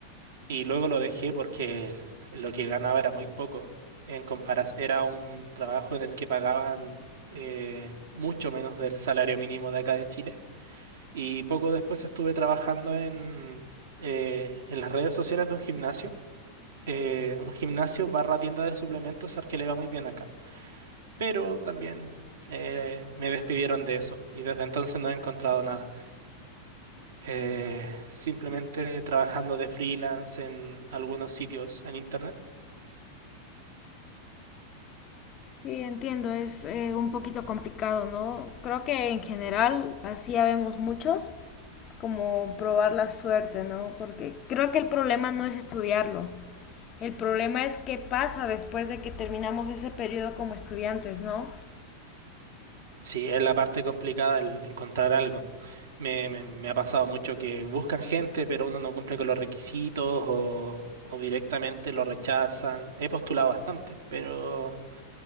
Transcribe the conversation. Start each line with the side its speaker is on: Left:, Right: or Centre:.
Right: y luego lo dejé porque lo que ganaba era muy poco. En comparas, era un trabajo en el que pagaban eh, mucho menos del salario mínimo de acá de Chile. Y poco después estuve trabajando en, eh, en las redes sociales de un gimnasio, eh, un gimnasio barra tienda de suplementos al que le va muy bien acá pero también eh, me despidieron de eso y desde entonces no he encontrado nada. Eh, simplemente trabajando de freelance en algunos sitios en internet.
Left: Sí, entiendo, es eh, un poquito complicado, ¿no? Creo que en general así ya vemos muchos, como probar la suerte, ¿no? Porque creo que el problema no es estudiarlo, el problema es qué pasa después de que terminamos ese periodo como estudiantes, ¿no?
Right: Sí, es la parte complicada el encontrar algo. Me, me- me ha pasado mucho que buscan gente, pero uno no cumple con los requisitos o, o directamente lo rechazan. He postulado bastante, pero